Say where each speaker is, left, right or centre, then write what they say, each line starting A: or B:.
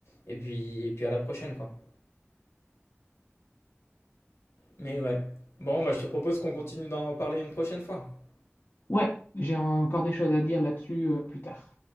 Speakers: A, on the left (about 85°); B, on the left (about 60°).
A: et puis, et puis à la prochaine, quoi. Mais ouais. Bon, bah, je te propose qu'on continue d'en parler une prochaine fois.
B: Ouais, j'ai encore des choses à dire là-dessus euh, plus tard.